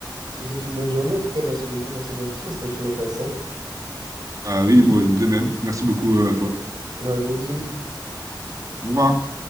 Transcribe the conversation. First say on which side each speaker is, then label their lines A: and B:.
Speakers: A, on the right (about 60°); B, on the right (about 45°).
A: je te souhaite une bonne journée en tout cas, merci beaucoup pour cette conversation, c'était très intéressant.
B: Ah oui, moi, de même. Merci beaucoup, euh, à toi.
A: Bah, gros bisous.
B: Au revoir.